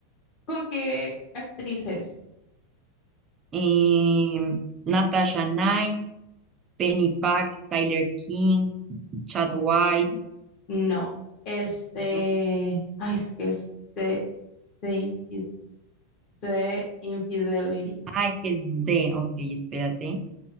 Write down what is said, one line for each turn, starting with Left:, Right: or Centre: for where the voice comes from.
Left: ¿Con qué actrices?
Right: Em, Natasha Nice, Penny Pax, Tyler King, Chad White.
Left: No. Este,
Right: No,
Left: ay, es que es de, de, infi- de Infidelity.
Right: ah, es que es de, ok, espérate.